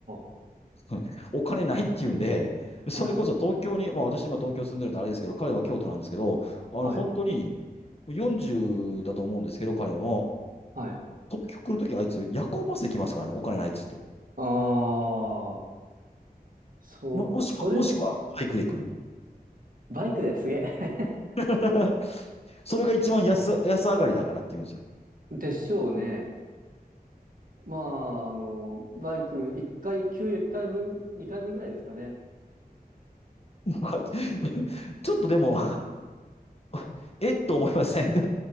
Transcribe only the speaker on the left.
うんお金ないっていうんで、それこそ東京に、
まあ私今東京住んでるんであれですけど、彼は京都なんですけど、あの本当に
40だと思うんですけど、彼も、
東京来るときあいつ夜行バスで来ますからね、お金ないっつって。
も、もしくは、
もしくはバイクで来る。
<laughs> それが一番安、安上がりだからって言うんですよ。
<laughs> ちょっとでも <laughs> えっと思いません <laughs> 大